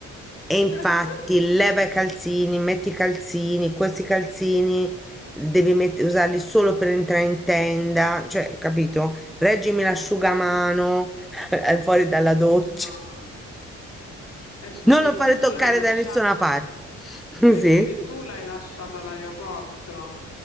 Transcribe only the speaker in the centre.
E infatti
leva i calzini, metti i calzini, questi calzini devi met- usarli solo per entrare in tenda, cioè, capito? Reggimi l'asciugamano, <laughs> è fuori dalla doccia.
Non lo fare
toccare
da nessuna parte. <laughs>
Sì.